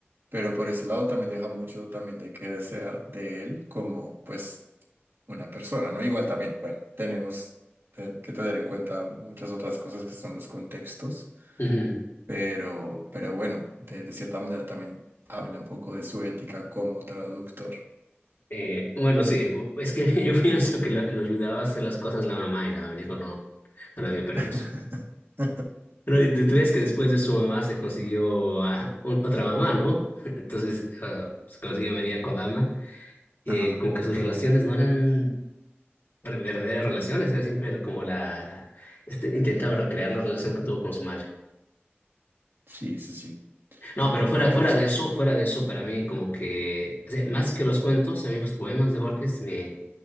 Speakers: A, on the right; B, on the left.
A: pero por ese lado también deja mucho también de qué desear de él como pues una persona, ¿no? Igual también, bueno, tenemos te- que tener en cuenta muchas otras cosas que son los contextos,
B: Ujú.
A: pero, pero bueno, de, de cierta manera también habla un poco de su ética como traductor.
B: Eh, bueno, sí, u- es que <laughs> yo pienso que lo, lo ayudaba a hacer las cosas la mamá y la mamá le dijo no, no le dio permiso.
A: <laughs>
B: Pero y tú tú ves que después de su mamá se consiguió a un- otra mamá, ¿no? <laughs> Entonces ah, se consiguió María Kodama. Eh,
A: Ajá,
B: como que sus relaciones no eran re- verdaderas relaciones, era siempre como la, la- este, intentaba recrear la relación que tuvo con su madre.
A: sí, sí, sí.
B: No, pero fuera,
A: Bueno,
B: fuera
A: y des-
B: de eso, fuera de eso, para mí como que, o sea, más que los cuentos, a mí los poemas de Borges Me